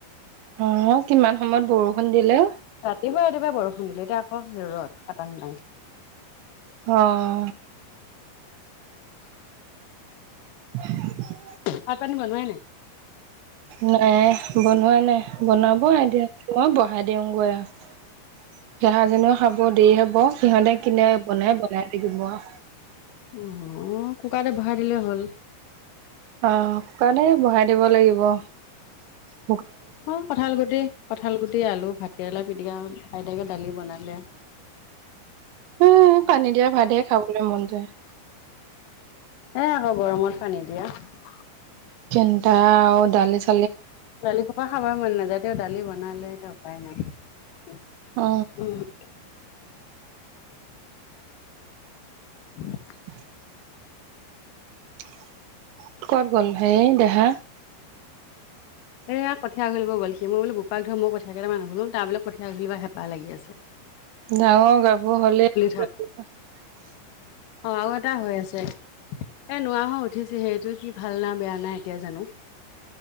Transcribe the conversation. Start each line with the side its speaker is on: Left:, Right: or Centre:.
Right: অ, কিমান সময়ত বৰষুণ দিলে।
Left: ৰাতিপুৱা - ৰাতিপুৱা বৰষুণ দিলো এতিয়া আকৌ ৰদ খাটাং টাং
Right: অ', <unintelligible>
Left: ভাত পানি বনোৱাই নাই।
Right: নাই বনোৱা নাই বনাব আই দিয়া মই ব আ দে অং গ <unintelligible> ডেহাজনীও খাব দেৰি হব সিহতে কিনে বনাই বনাই থাকিব আও।
Left: অহ, কুকাৰতে বহাই দিলেই হ'ল।
Right: অহ, কোকাৰতে বহাই দিব লাগিব আও ।
Left: অ কঠাল গুটি - কঠাল গুটি আলু ভাত । কেৰেলা পিটিকা আইতাকে দালি বনালে ।
Right: সেই পানী দিয়া ভাতে খাবলৈ মন যায় ।
Left: এহ আকৌ গৰমত পানী দিয়া ।
Right: কেনটা দালি চ <unintelligible>
Left: দালি সোপা খাব মন নাযায়তেও দালি বনালে এতিয়া উপায় নাই । <unintelligible>
Right: অ
Left: উম, উ <unintelligible>
Right: <inaudible> <unintelligible> কত গ'ল হেই দেহা ।
Left: এয়া কঠীয়া ঘলিব গল কি মই বোপাক ধৰ মই কেইটা ম‌ই <unintelligible> তাৰ বোলে কঠীয়া ঘঘলিবা হেপাহ লাগি আছে ।
Right: ডাঙৰ গাভৰু হলেই <unintelligible>
Left: থাক অ, আৰু এটা হৈ আছে। এ নোৱাৰা হয় উঠিছে সেইটো কি ভাল না বেয়া নাই এতিয়া জানো ।